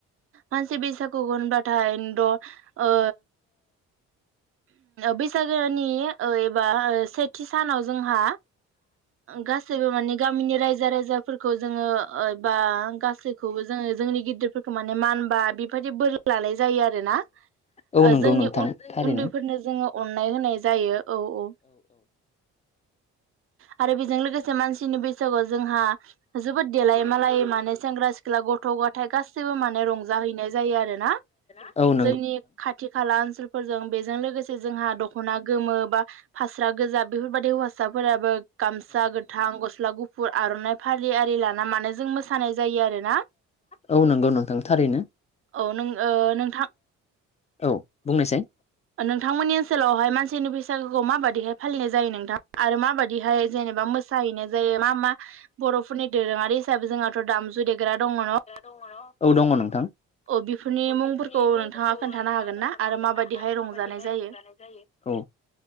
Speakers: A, on the right; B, on the left.
A: मानसि बैसागु होनबाथाय द' ओ बैसागोनि ओ एबा सेथि सानाव जोंहा गासैबो माने गामिनि रायजो राजाफोरखौ जोङो ओ बा गासैखौबो जोङो जोंनि गि दिरफोरखौ माने मान बा बेफोरबायदि बोर लानाय जायो आरो ना।
B: औ
A: ओ
B: नंगौ
A: जोंनि
B: नोंथां
A: उन
B: थारैनो
A: उन्दैफोरनो जोङो अननाय होनाय जायो औ औ। आरो बेजों लोगोसे मानसिनि बैसागुआव जोंहा जोबोद देलाय मालाय माने सेंग्रा सिख्ला गथ' ग'थाय गासैबो माने रंजाहैनाय जायो आरो ना।
B: खाला
A: जोंनि खाथि खाला ओनसोलफोरजों बेजों लोगोसे जोंहा दख'ना गोमो बा फास्रा गोजा बेफोरबायदि हौवासाफोराबो गाम सा गोथां गस्ला गुफुर आर'नाइ फालि आरि लाना मानो जों मोसानाय जायो आरो ना।
B: औ नंगौ नोंथां थारैनो।
A: औ नों ओ नोंथां
B: औ बुंनायसाय
A: नोंथांमोननि ओनसोलावहाय मानसिनि फैसागोखौ माबायदिहाय फालिनाय जायो नोंथां आरो माबायदिहाय जेने बा मोसाहैनाय जायो मा मा बर'फोरनि दोरोङारि हिसाबै जोंहाथ' दामजु देग्रा दङ' न'
B: औ दङ' नोंथां।
A: औ बेफोरनि
B: अ
A: मुंफोरखौ
B: बेफोरनि मुंफोरखौ
A: नोंथाङा खोन्थानो
B: नोंथाङा
A: हागोन
B: खोन्थानो
A: ना आरो
B: हागोन
A: माबायदिहाय
B: ना आरो माबायदिहाय
A: रंजानाय जायो
B: रंजानाय जायो <unintelligible> औ ओ